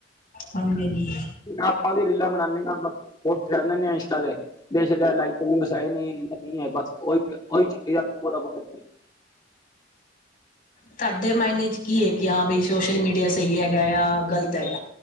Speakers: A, on the left (about 50°); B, on the left (about 20°).
A: ਹਾਂਜੀ ਹਾਂਜੀ
B: ਆਪਾਂ ਵੀ ਰੀਲਾਂ ਬਣਾਨੇ ਪੋਸਟ ਕਰ ਦਿਨੇ ਆਂ ਇੰਸਟਾ ਤੇ। <unintelligible>
A: ਤੁਹਾਡੇ ਮਾਇਨੇ ਚ ਕੀ ਹੈ ਕਿ ਹਾਂ ਬਈ ਸੋਸ਼ਲ ਮੀਡੀਆ ਸਹੀ ਹੈਗਾ ਜਾਂ ਗ਼ਲਤ ਹੈਗਾ